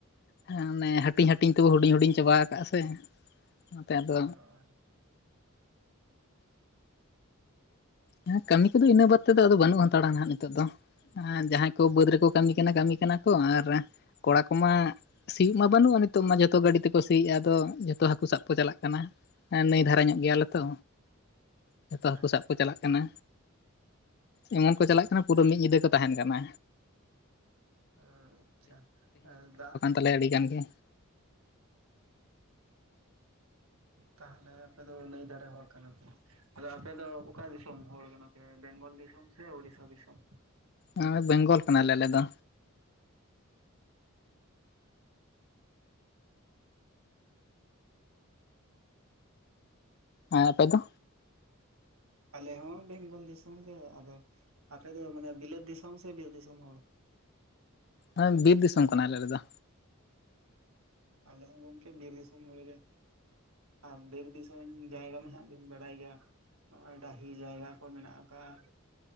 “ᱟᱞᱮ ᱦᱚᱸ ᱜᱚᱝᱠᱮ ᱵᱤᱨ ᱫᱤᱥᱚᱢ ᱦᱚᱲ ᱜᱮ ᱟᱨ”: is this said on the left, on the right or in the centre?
Right